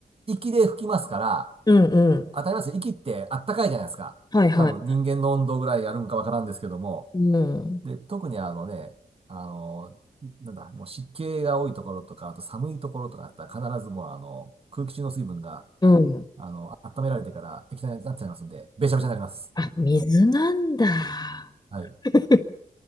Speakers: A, on the right; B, on the left.
A: 息で吹きますから、
B: うん、うん。
A: 当たりますよ。息ってあったかいじゃないですか。
B: はいはい。
A: 多分人間の温度ぐらいやるんかわからんですけども。
B: うん、
A: で、特にあのね、あの、なんだ、もう湿気が多いところとか、あと寒いところとかだったら必ずもうあの、空気中の水分が、
B: うん。
A: はい、あの、温められてから液体になっちゃいますんで、べちゃべちゃになります。
B: あ、水なんだ。
A: はい。
B: <laughs>